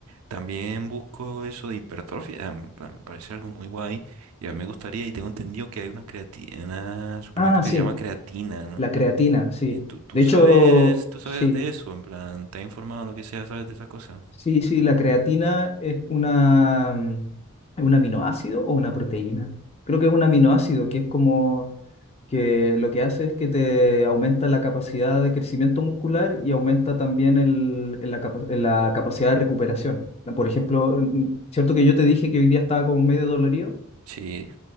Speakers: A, on the right; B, on the left.
A: también busco eso de hipertrofia, en plan, me parece algo muy guay y a mí me gustaría y tengo entendido que hay una creatina, una suplemento
B: Ah,
A: que
B: sí,
A: se llama creatina, ¿no?
B: la creatina, sí.
A: Eh, ¿tú, tú
B: De
A: sabes,
B: hecho,
A: tú sabes
B: sí.
A: de eso? En plan, ¿te has informado lo que sea, sabes de esa cosa?
B: Sí, sí, la creatina es una, mm, es un aminoácido o una proteína. Creo que es un aminoácido, que es como que lo que hace es que te aumenta la capacidad de crecimiento muscular y aumenta también el- el la, capa- la capacidad de recuperación. Por ejemplo, mm, mm, cierto que yo te dije que hoy día estaba como medio dolorido.
A: Sí.